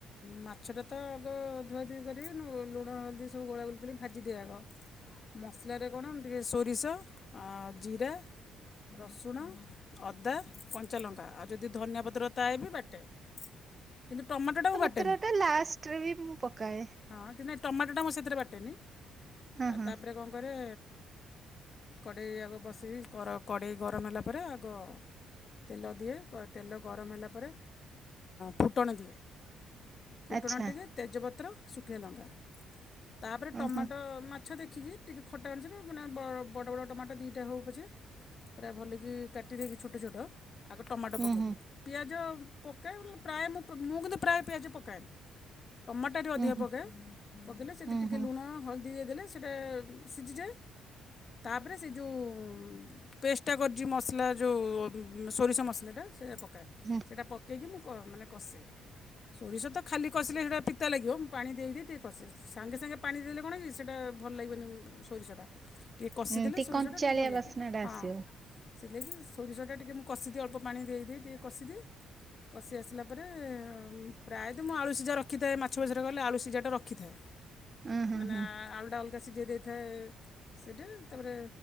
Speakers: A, on the left; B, on the right.
A: ମାଛଟା ତ ଆଗ ଧୁଆଧୁଇ କରି ଲୁ ଲୁଣ ହଳଦୀ ସବୁ ଗୋଳା ଗୋଳି କରି ଭାଜି ଦିଏ ଆଗ। ମସଲାରେ କଣ ଟିକେ ସୋରିଷ ଆଁ ଜିରା ରସୁଣ ଅଦା କଞ୍ଚାଲଙ୍କା ଆଉ ଯଦି ଧନିଆ ପତ୍ର ଥାଏ ବି ବାଟେ। କିନ୍ତୁ ଟମାଟଟାକୁ ବାଟ୍
B: ସେଥିରେ ଏଟା ଲାଷ୍ଟରେ ବି ମୁଁ ପକାଏ।
A: ହଁ କିନ୍ତୁ ନାଇଁ ଟମାଟଟା ମୁଁ ସେଥିରେ ବାଟେନି।
B: ହଁ
A: ଆଉ
B: ହଁ
A: ତାପରେ କଣ ତାପରେ କଡ଼େଇ ଆଗ ବସି କି କର କଡ଼େଇ ଗରମ ହେଲା ପରେ ଆଗ ତେଲ ଦିଏ। କ ତେଲ ଗରମ ହେଲା ପରେ ଫୁଟଣ ଦିଏ। ଫୁଟଣ
B: ଆଚ୍ଛା।
A: ଟିକେ ତେଜପତ୍ର ଶୁଖିଲା ଲଙ୍କା ତାପରେ ଟମାଟ
B: ଉଁ ହୁଁ
A: ମା- ମାଛ ଦେଖିକି ଟିକେ ଖଟା ଅନୁସାରେ ମାନେ ବଡ଼ ବଡ଼ ବଡ଼ ଟମାଟ ଦିଟା ହଉ ପଛେ କେ ପୁରା ଭଲ କି କାଟି ଦେଇକି ଛୋଟ ଛୋଟ ଆଗ ଟମାଟ
B: ଉଁ
A: ପକେଇଦିଏ।
B: ହୁଁ
A: ପିଆଜ ପକାଏ ନହେଲେ ପ୍ରାୟ ମୁଁ ମୁଁ କିନ୍ତୁ ପ୍ରାୟ ପିଆଜ ପକା - ପକାଏନି ଟମାଟଟା ଟିକେ ଅଧିକା
B: ଉଁ ହୁଁ
A: ପକାଏ ପକେଇଲେ ସେଇଠି
B: ଉଁ
A: ଟିକେ
B: ହୁଁ
A: ଲୁଣ ହଳଦୀ ଦେଇଦେଲେ ସେଥିରେ ସିଝିଯାଏ। ତାପରେ ସେ ଯେଉଁ ହୁଁ ପେଷ୍ଟଟା କରିଚି ମସଲା ଯୋଉ ଉଁ ସୋରିଷ ମସଲାଟା ସେଇଟା ପକାଏ।
B: ହୁଁ
A: ସେଇଟା ପକେଇକି ମୁଁ କ ମାନେ କଷେ। ସୋରିଷ ତ ଖାଲି କସିଲେ ସେଇଟା ପିତା ଲାଗିବ। ମୁଁ ପାଣି ଦେଇ ଦେଇ ଟିକେ କସେ। ସାଙ୍ଗେ ସାଙ୍ଗେ ପାଣି ଦେଲେ କଣ କି ସେଇଟା ଭଲ ଲାଗିବନି ସୋରିଷଟା। ଟିକେ କଷିଦେଲେ
B: ହୁଁ
A: ସୋରିଷଟା
B: କଞ୍ଚାଳିଆ
A: ଟିକେ ଭଲ ଲାଗିବ
B: ବାସ୍ନା ଟା
A: ହଁ।
B: ଆସିବ।
A: ସେଥିଲାଗି କି ସୋରିଷଟା ଟିକେ ମୁଁ କଷି ଦିଏ ଅଳ୍ପ ପାଣି ଦେଇ ଦେଇ ଟିକେ କଷି ଦିଏ। କଷି ଆସିଲା ପରେ ପ୍ରାୟ ସେଥିପାଇଁ ମୁଁ ଆଳୁ ସିଝା ରଖିଥାଏ ମାଛ ଫାଛରେ କଲେ ଆଳୁ ସିଝାଟା ରଖିଥାଏ।
B: ଉଁ ହୁଁ
A: ମାନେ
B: ହୁଁ
A: ଆଳୁଟା ଅ ଅଲଗା ସିଝେଇ ଦେଇଥାଏ ସେଇଟି। ତାପରେ